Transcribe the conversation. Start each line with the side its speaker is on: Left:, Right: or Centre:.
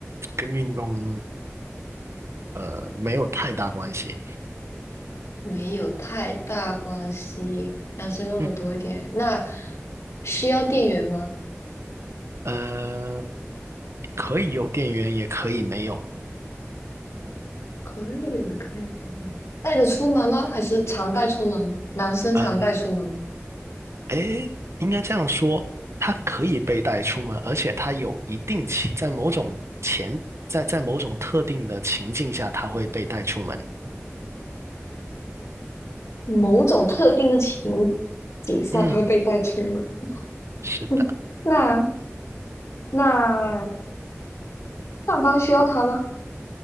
Right: 跟运动呃没有太大关系。
Left: 没有太大关系，男生用的多一点。
Right: 嗯，
Left: 那需要电源吗？
Right: 呃，可以有电源，也可以没有。
Left: 可以了，可以了。带着出门吗？还是常带出门吗？男生常带出门吗？
Right: 呃诶，应该这样说，它可以被带出门，而且它有一定情，在某种前，在在某种特定的情境下，它会被带出门。
Left: 某种特定的情景下，
Right: 嗯，
Left: 他会被带出门。<laughs>
Right: 是的。
Left: 嗯，那那上班需要他吗？